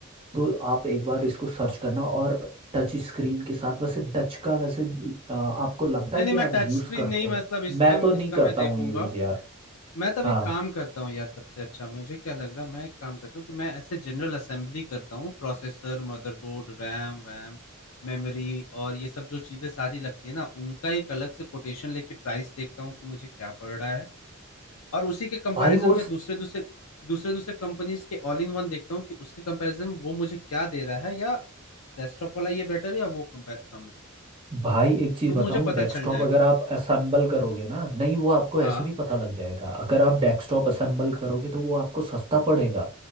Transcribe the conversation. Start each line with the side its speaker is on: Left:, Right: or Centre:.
Right: तो आप
Left: अच्छा
Right: एक बार इसको सर्च करना और टच स्क्रीन के साथ वैसे टच का वैसे अ, आपको लगता
Left: नहीं
Right: है कि
Left: नहीं मैं
Right: आप यूज
Left: टच स्क्रीन
Right: करते
Left: नहीं
Right: हो
Left: मतलब इसका
Right: मैं तो नहीं
Left: इसका
Right: करता
Left: मैं देखूंगा
Right: हूँ यूज यार
Left: मैं तब
Right: हाँ
Left: एक काम करता हूँ यार सबसे अच्छा मुझे क्या लग रहा है मैं एक काम करता हूँ कि मैं ऐसे जनरल असेंबली करता हूँ प्रोसेसर मदरबोर्ड रैम वैम मेमोरी और ये सब जो चीज़ें सारी लगती है ना उनका एक अलग से कोटेशन लेके प्राइस देखता हूँ कि मुझे क्या पड़ रहा है और उसी के कंपैरिजन
Right: भाई वो
Left: में दूसरे दूसरे दूसरे दूसरे कंपनीज के ऑल इन वन देखता हूँ कि उसके कंपैरिजन में वो मुझे क्या दे रहा है या डेस्कटॉप वाला ये बेटर है या वो कंपेयर कम है
Right: भाई एक चीज
Left: तो मुझे
Right: बताऊं
Left: पता
Right: डेस्कटॉप
Left: चल जाएगा
Right: अगर आप असेंबल करोगे ना नहीं वो आपको
Left: हाँ
Right: ऐसे भी पता लग जाएगा अगर आप डेस्कटॉप असेंबल करोगे तो वो आपको सस्ता पड़ेगा